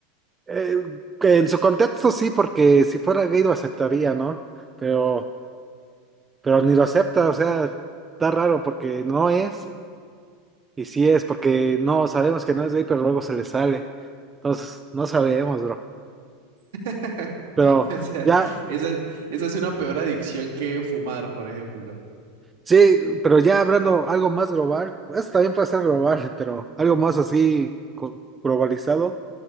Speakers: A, on the right; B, on the right.
A: Eh, que en su contexto sí, porque si fuera gay lo aceptaría, ¿no? Pero... pero ni lo acepta, o sea, está raro porque no es, y sí es, porque no sabemos que no es gay, pero luego se le sale. Entonces, no sabemos, bro.
B: <laughs>
A: Pero
B: O sea,
A: ya,
B: esa, esa es una peor adicción que fumar, por ejemplo.
A: sí, pero ya hablando algo más global, eso también puede ser global, pero algo más así co- globalizado.